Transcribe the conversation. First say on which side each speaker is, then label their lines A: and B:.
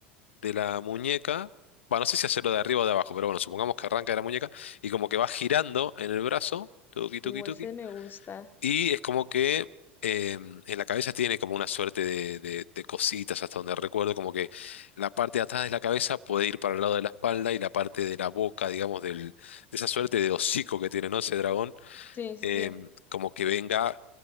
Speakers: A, on the left; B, on the left.
A: de la muñeca, bueno, no sé si hacerlo de arriba o de abajo, pero bueno, supongamos que arranca de la muñeca y como que va girando en el brazo, tuki, tuki,
B: Uh,
A: tuki,
B: ese me gusta.
A: y es como que eh, en la cabeza tiene como una suerte de, de- de cositas, hasta donde recuerdo, como que la parte de atrás de la cabeza puede ir para el lado de la espalda y la parte de la boca, digamos, del, de esa suerte de hocico que tiene, ¿no? Ese dragón,
B: Sí, sí,
A: eh,
B: sí.
A: como que venga,